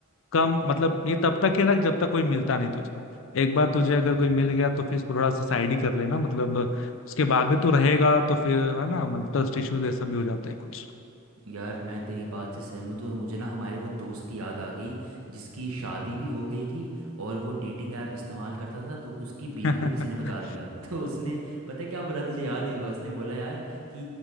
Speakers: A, on the left (about 65°); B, on the right (about 90°).
A: कम मतलब ये तब तक ही रख जब तक कोई मिलता नहीं तुझे एक बार तुझे
B: हम्म।
A: अगर कोई मिल गया तो फिर इसको थोड़ा सा साइड ही कर लेना मतलब उसके बाद भी तू रहेगा तो फिर है ना मतलब ट्रस्ट इश्यूज ऐसा भी हो जाता है कुछ
B: यार मैं तेरी बात से सहमत हूँ और मुझे ना हमारे वो दोस्त की याद आ गई जिसकी शादी भी हो गई थी और वो डेटिंग ऐप इस्तेमाल करता था तो उसकी बीवी
A: <laughs>
B: को किसी ने बता
A: अरे
B: दिया <laughs> तो उसने पता है क्या बोला तुझे याद ही होगा उसने बोला यार कि